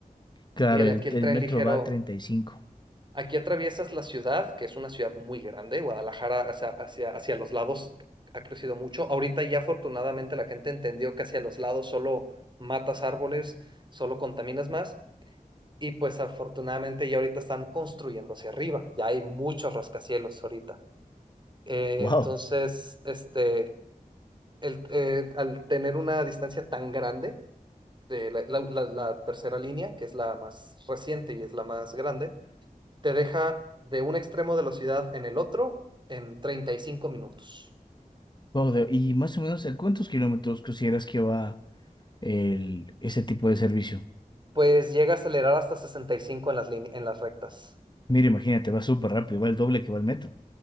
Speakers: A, on the left; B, on the right.
A: Claro,
B: y el,
A: el,
B: aquí el
A: el
B: tren
A: metro
B: ligero,
A: va a treinta y cinco
B: aquí atraviesas la ciudad, que es una ciudad muy grande. Guadalajara hacia, hacia, hacia los lados ha crecido mucho. Ahorita ya afortunadamente la gente entendió que hacia los lados solo matas árboles, solo contaminas más Y pues afortunadamente ya ahorita están construyendo hacia arriba, ya hay muchos rascacielos ahorita. Eh,
A: ¡Wow!
B: entonces, este, el, eh, al tener una distancia tan grande, de la, la- la- la tercera línea, que es la más reciente y es la más grande, te deja de un extremo de la ciudad en el otro en 35 minutos.
A: Wow, de- y más o menos, ¿a cuántos kilómetros consideras que va el, ese tipo de servicio?
B: Pues llega a acelerar hasta 65 en las, líne- en las rectas.
A: Mira, imagínate, va súper rápido, va el doble que va el metro.